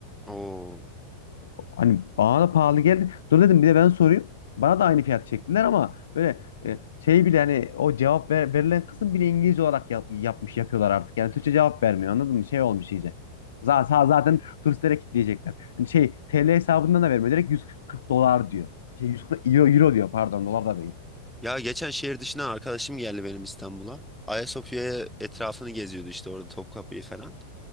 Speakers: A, in the centre; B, on the left (about 65°).
A: Oo.
B: Hani bana da pahalı geldi. Dur dedim bir de ben sorayım. Bana da aynı fiyat çektiler ama böyle e, şey bile hani o cevap ver- verilen kısım bile İngilizce olarak yap- yapmış yapıyorlar artık. Yani Türkçe cevap vermiyor anladın mı? Şey olmuş iyice. Zaten, zaten turistlere kitleyecekler. Hani şey TL hesabından da vermiyor. Direkt 140 dolar diyor. Şey 140 euro, euro diyor pardon dolar da değil.
A: Ya geçen şehir dışına arkadaşım geldi benim İstanbul'a. Ayasofya'ya etrafını geziyordu işte orada Topkapı'yı falan.